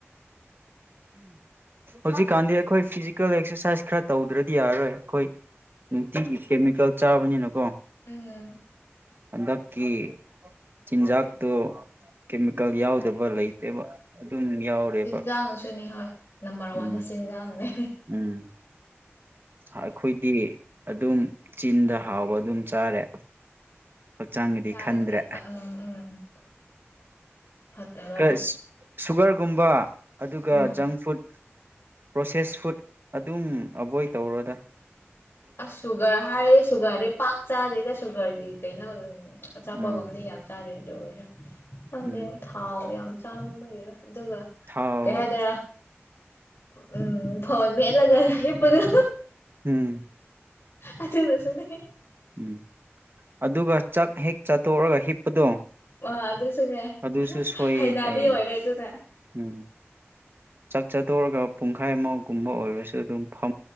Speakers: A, on the right; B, on the left.
A: ꯍꯧꯖꯤꯛꯀꯥꯟꯗꯤ ꯑꯩꯈꯣꯏ ꯐꯤꯖꯤꯀꯦꯜ ꯑꯦꯛꯁꯔꯁꯥꯏꯁ ꯈꯔ ꯇꯧꯗ꯭ꯔꯗꯤ ꯌꯥꯔꯔꯣꯏ ꯑꯩꯈꯣꯏ ꯅꯨꯡꯇꯤꯒꯤ ꯀꯦꯃꯤꯀꯦꯜ ꯆꯥꯕꯅꯤꯅꯀꯣ꯫
B: ꯎꯝ꯫
A: ꯍꯟꯗꯛꯀꯤ ꯆꯤꯟꯖꯥꯛꯇꯨ ꯀꯦꯃꯤꯀꯦꯜ ꯌꯥꯎꯗꯕ ꯂꯩꯇꯦꯕ꯫ ꯑꯗꯨꯝ ꯌꯥꯎꯔꯦꯕ
B: ꯆꯤꯟꯖꯥꯛꯅꯁꯨꯅꯤ ꯍꯣꯏ꯫ ꯅꯝꯕꯔ
A: ꯎꯝ
B: ꯋꯥꯟꯗ ꯆꯤꯟꯖꯥꯛꯅꯅꯦ ꯫
A: ꯎꯝ ꯑꯩꯈꯣꯏꯗꯤ꯫ ꯑꯗꯨꯝ ꯆꯤꯟꯗ ꯍꯥꯎꯕ ꯑꯗꯨꯝ ꯆꯥꯔꯦ꯫ ꯍꯛꯆꯥꯡꯒꯤꯗꯤ
B: ꯏꯁꯥꯗꯗꯤ
A: ꯈꯟꯗ꯭ꯔꯦ꯫
B: ꯎꯝ ꯎꯝ ꯐꯠꯇ°ꯕ꯫
A: ꯈꯔ ꯁꯨꯒꯔꯒꯨꯝꯕ꯫ ꯑꯗꯨꯒ
B: ꯎꯝ
A: ꯖꯪ ꯐꯨꯗ ꯄ꯭ꯔꯣꯁꯦꯁ ꯐꯨꯗ ꯑꯗꯨꯝ ꯑꯦꯕꯣꯏꯠ ꯇꯧꯔꯗ
B: ꯑ ꯁꯨꯒꯔ ꯍꯥꯏꯔꯦ ꯁꯨꯒꯔꯦ ꯄꯥꯛ ꯆꯥꯗꯦ ꯆꯁꯨꯒꯔꯒꯤ ꯀꯩꯅꯜ ꯑꯆꯥꯄꯒꯨꯝꯅꯤ
A: ꯎꯝ
B: ꯌꯥꯝ ꯆꯥꯔꯦ ꯔ ꯈꯪꯗꯦ
A: ꯎꯝ
B: ꯊꯥꯎ ꯌꯥꯝ ꯆꯥꯃꯟꯕꯥꯒꯦꯔꯥ ꯑꯗꯨꯒ
A: ꯊꯥꯎ
B: ꯀꯩ ꯍꯥꯏꯗꯔ ꯎꯝ ꯐꯣꯟ ꯃꯦꯠꯂꯒ ꯑꯩ ꯄꯨꯗ
A: ꯎꯝ
B: ꯑꯥꯗꯨꯒꯥꯁꯨ ꯅꯦ
A: ꯎꯝ ꯑꯗꯨꯒ ꯆꯥꯛ ꯍꯦꯛ ꯆꯥꯊꯣꯛꯑꯒ ꯍꯤꯞꯄꯗꯣ
B: ꯑ ꯑꯗꯨꯁꯨꯅꯦ
A: ꯑꯗꯨꯁꯨ ꯁꯣꯏꯌꯦ
B: ꯍꯩꯅꯕꯤ
A: ꯍꯥꯏꯌꯦ
B: ꯑꯣꯏꯔꯦ ꯑꯗꯨꯅꯦ
A: ꯎꯝ ꯆꯥꯛ ꯆꯠꯇꯣꯔꯒ ꯄꯨꯡꯈꯥꯏꯃꯧꯒꯨꯝꯕ ꯑꯣꯏꯔꯁꯨ ꯑꯗꯨꯝ ꯐ